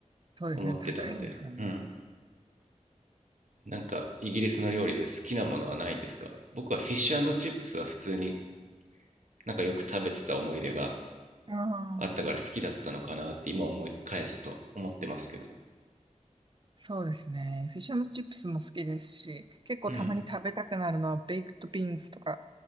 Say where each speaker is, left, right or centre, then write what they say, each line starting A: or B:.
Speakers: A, on the right (about 40°); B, on the right (about 70°).
A: そうですね。
B: 思ってたのでうん
A: 高いですよね。
B: なんかイギリスの料理で好きなものはないんですか僕はフィッシュチップスは普通になんかよく食べてた思い出が
A: ああ、
B: あったから好きだったのかなって今思い返すと思ってますけど
A: そうですね。フィッシュチップスも好きですし、結構たまに食べたくなるのはベイクトビーンズとか
B: うん